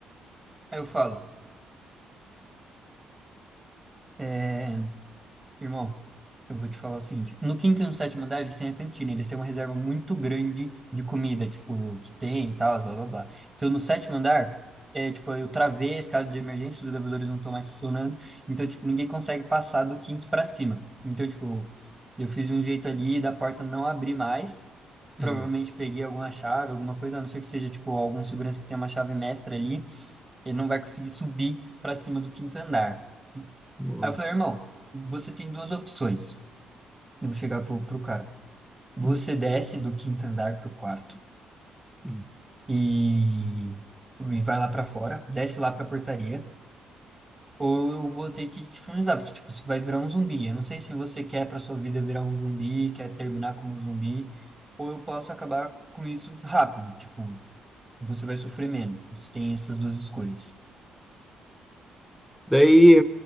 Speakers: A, on the right; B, in the centre.
A: Aí eu falo, "É, Irmão, eu vou te falar o seguinte, no quinto e no sétimo andar eles têm a cantina, eles têm uma reserva muito grande de comida, tipo, que tem e tal, blá blá blá. Então no sétimo andar, é tipo, eu travei a escada de emergência, os elevadores não estão mais funcionando, então tipo, ninguém consegue passar do quinto pra cima. Então tipo, eu fiz um jeito ali da porta não abrir mais, provavelmente
B: Hum,
A: peguei alguma chave, alguma coisa, a não ser que seja tipo algum segurança que tenha uma chave mestra ali, ele não vai conseguir subir pra cima do quinto andar.
B: Boa.
A: Aí eu falei, irmão, você tem duas opções. Eu Vou chegar pro, pro cara. Você
B: Hum,
A: desce do quinto andar pro quarto
B: hum.
A: e, e vai lá pra fora, desce lá pra portaria, ou eu vou ter que te finalizar, porque tipo, você vai virar um zumbi. Eu não sei se você quer pra sua vida virar um zumbi, quer terminar como um zumbi, ou eu posso acabar com isso rápido, tipo, você vai sofrer menos. Você tem essas duas escolhas.
B: Daí,